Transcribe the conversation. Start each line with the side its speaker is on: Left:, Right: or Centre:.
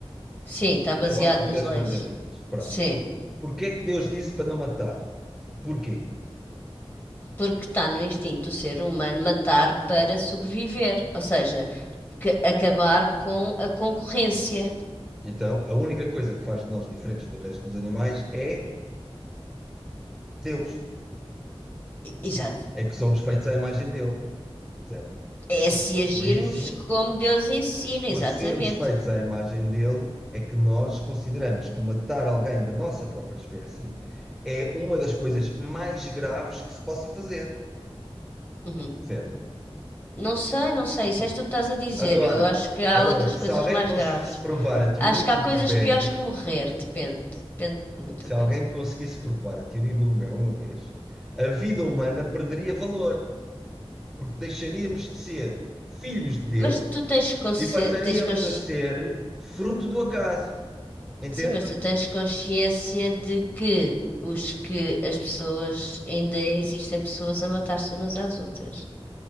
Left: Sim, está
Centre: vem
Left: baseado
Centre: da base dos
Left: nas
Centre: 10
Left: leis.
Centre: mandamentos, pronto.
Left: Sim,
Centre: Porquê é que Deus disse para não matar? Porquê?
Left: porque está no instinto do ser humano matar para sobreviver, ou seja, que- acabar com a concorrência.
Centre: Então, a única coisa que faz de nós diferentes do resto dos animais é Deus.
Left: E- Exato.
Centre: É que somos feitos à imagem dele, certo?
Left: É se agirmos
Centre: Por isso,
Left: como Deus ensina,
Centre: por
Left: exatamente.
Centre: sermos feitos à imagem dele, é que nós consideramos que matar alguém da nossa própria espécie é uma das coisas mais graves que se possa fazer,
Left: Uhum.
Centre: certo?
Left: Não sei, não sei, isso és tu que estás a dizer.
Centre: Agora,
Left: Eu acho que há
Centre: agora
Left: outras
Centre: que
Left: coisas
Centre: se alguém
Left: mais
Centre: conseguisse
Left: graves.
Centre: provar a teoria
Left: Acho que
Centre: do
Left: há coisas
Centre: Big Bang,
Left: piores que morrer, depende. Depende de muita
Centre: se
Left: coisa.
Centre: alguém conseguisse provar a teoria do Big Bang uma vez, a vida humana perderia valor. porque deixaríamos de ser filhos de Deus
Left: Mas tu tens consciência,
Centre: e passaríamos
Left: tens consci...
Centre: a ser fruto do acaso. Entende?
Left: Sim, mas tu tens consciência de que os que as pessoas ainda existem pessoas a matar-se umas às outras,